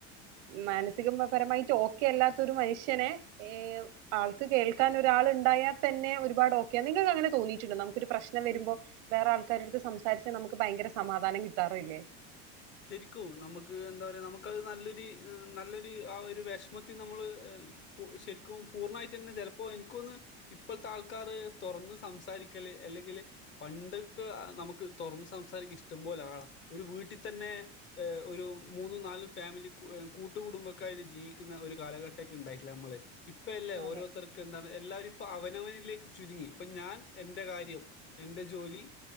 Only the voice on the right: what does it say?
മാനസികപരമായിട്ട് ഓക്കെ അല്ലാത്തരു മനുഷ്യനെ ഏഹ ആൾക്ക് കേൾക്കാൻ ഒരാൾ ഉണ്ടായാൽ തന്നെ ഒരുപാട് ഓക്കെയ നിങ്ങൾക്ക് അങ്ങനെ തോന്നിയിട്ടുണ്ട് നമുക്കൊരു പ്രശ്നം പ്ര്നം വരുമ്പോ വേറെ ആൾക്കാര അടുത്ത് സംസാരിച്ച് നമുക്ക് ഭയങ്കര സമാധാനം കിട്ടാറുല്ലേ
അതെ